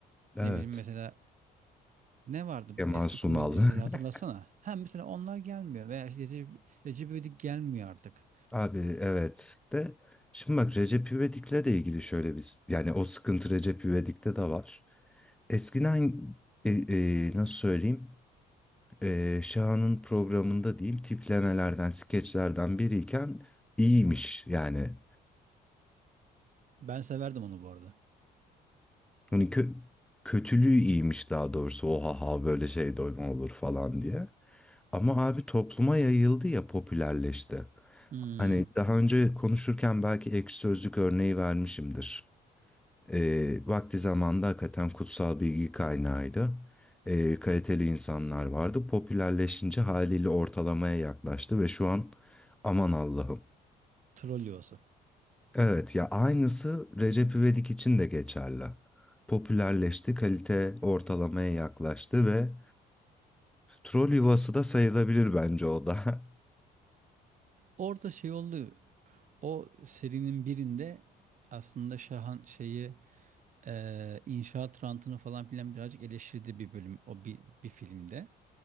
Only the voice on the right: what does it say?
ne bileyim mesela Ne vardı
bu eski
komedi dizileri
hatırlasana. Hem mesela onlar gelmiyor veya işte Recep, Recep İvedik gelmiyor artık.
Ben severdim onu bu arada.
Hmm,
troll yuvası.
Orada şey oldu. O serinin birinde aslında Şahan şeyi e, inşaat rantını falan filan birazcık eleştirdi bir bölüm o bir, bir filmde.